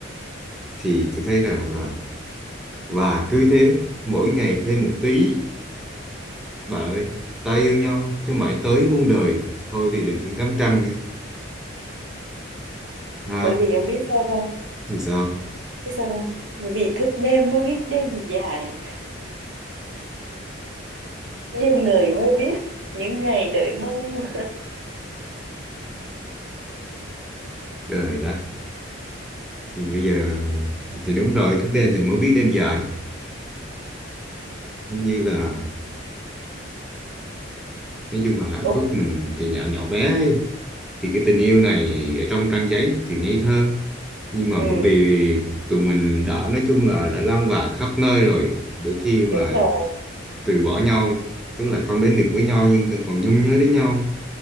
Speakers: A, in the centre; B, on the right.
A: thì tôi thấy rằng là và cứ thế mỗi ngày thêm một tí Bà ơi, ta yêu nhau chứ mãi tới muôn đời. Thôi thì đừng cứ ngắm trăng đi. Ha,
B: bởi vì ông biết sao không
A: thì sao?
B: biết sao không bởi vì thức đêm mới biết đêm dài yêu người mới biết những ngày đợi mong
A: Trời đất. Thì bây giờ thì đúng rồi, thức đêm thì mới biết đêm dài. Như là nói chung là hạnh
B: <laughs>
A: phúc
B: ôi
A: mình thì nhỏ nhỏ bé ấy. Thì cái tình yêu
B: ừ,
A: này ở trong trang giấy thì ngây thơ. Nhưng mà
B: ừ,
A: bởi vì tụi mình đã nói chung là đã lan bạc khắp nơi rồi. Để khi mà
B: đúng rồi
A: từ bỏ nhau, tức là không đến được với nhau nhưng còn nhung nhớ đến nhau.